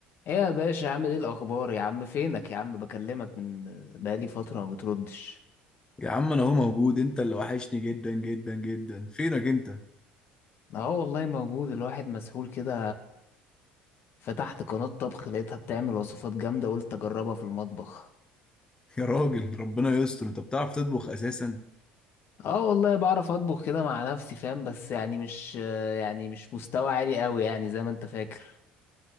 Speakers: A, on the left; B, on the left.
A: ايه يا باشا عامل ايه الاخبار يا عم فينك يا عم بكلمك من بقالي فتره ما بتردش
B: يا عم انا اهو موجود انت اللي وحشني جدا جدا جدا فينك انت
A: اه والله موجود الواحد مسحول كده فتحت قناه طبخ لقيتها بتعمل وصفات جامده قلت اجربها في المطبخ
B: <laughs> يا راجل ربنا يستر انت بتعرف تطبخ اساسا
A: اه والله بعرف اطبخ كده مع نفسي فاهم بس يعني مش يعني مش مستوى عالي قوي يعني زي ما انت فاكر